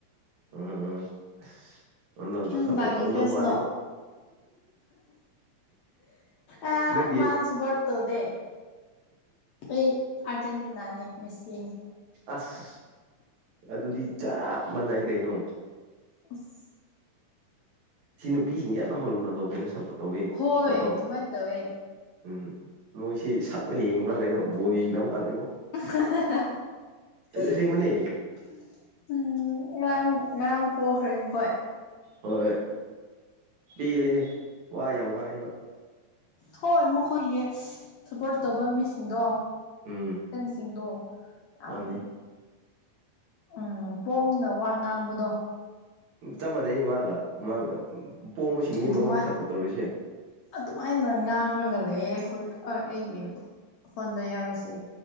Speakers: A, on the right (about 60°); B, on the left (about 65°).
A: ꯎꯝ ꯑꯁ ꯎꯅꯥꯗꯣ
B: ꯅꯪ
A: ꯁꯞꯄꯣꯔꯠ
B: ꯃꯥꯒꯤ
A: ꯇꯧꯗꯧ
B: ꯐꯦꯁꯅꯣ
A: ꯃꯥꯜꯂꯤꯕꯣ
B: ꯑ
A: ꯅꯪꯒꯤ
B: ꯃꯥꯁꯨ ꯕꯣꯔꯠ꯭ ꯇꯧꯗꯦ ꯑꯩ ꯑꯔꯖꯦꯟꯇꯤꯅꯥꯅꯤ ꯃꯦꯁꯤꯅꯤ
A: ꯑꯁ ꯑꯗꯨꯗꯤ ꯆꯞ ꯃꯥꯟꯅꯩ ꯀꯩꯅꯣ
B: ꯑꯁ
A: ꯁꯤ ꯅꯨꯄꯤꯁꯤꯡꯁꯦ ꯌꯥꯝꯅ ꯃꯨꯜ ꯑꯗꯣ ꯀꯩꯅꯣ ꯁꯞꯄꯣꯔꯠ ꯇꯧꯋꯦ
B: ꯍꯣꯏ
A: ꯅꯠꯇ꯭ꯔꯣ
B: ꯑꯗꯨꯃꯥꯏꯅ ꯇꯧꯋꯦ
A: ꯎꯝ ꯃꯣꯏꯁꯤ ꯁꯛꯅꯥ ꯌꯦꯡꯕ꯭ꯔꯥ ꯀꯩꯅꯣ ꯕꯣꯜ ꯌꯦꯡꯗꯕ ꯃꯥꯜꯂꯤꯕꯣ
B: ꯍꯥ ꯍꯥ ꯍꯥ ꯍꯥ ꯍꯥ
A: ꯑꯁꯦꯡꯕꯅꯦ
B: ꯎꯝ ꯉꯔꯥꯡ ꯉꯔꯥꯡ ꯄꯣꯛꯈ꯭ꯔꯦ ꯑꯃꯨꯈꯣꯏ
A: ꯍꯣꯏ ꯄꯤꯜꯂꯤꯍꯦ ꯋꯥ ꯌꯥꯝ ꯉꯥꯡꯉꯦꯕ
B: ꯍꯣꯏ ꯃꯈꯣꯏꯒꯤ ꯁꯞꯄꯣꯔꯠ ꯇꯧꯕ ꯃꯤꯁꯤꯡꯗꯣ
A: ꯎꯝ
B: ꯁꯤꯡꯗꯣ ꯌꯥꯝ
A: ꯃꯥꯅꯦ
B: ꯎꯝ ꯄꯣꯡꯅ ꯋꯥ ꯉꯥꯡꯕꯗꯣ
A: ꯆꯃꯅꯦ ꯃꯥꯒ ꯃꯥꯒ ꯃꯤꯉꯣꯟꯗꯞꯄꯣꯔ
B: ꯑꯗꯨꯃꯥꯏ
A: ꯇꯧꯔꯤꯁꯦ
B: ꯑꯗꯨꯃꯥꯏꯅ ꯉꯥꯡꯉꯒ ꯂꯩ ꯑꯩꯈꯣꯏ ꯑꯩꯒꯤ
A: ꯎꯝ
B: ꯐꯣꯟꯗ ꯌꯥꯎꯔꯤꯁꯤ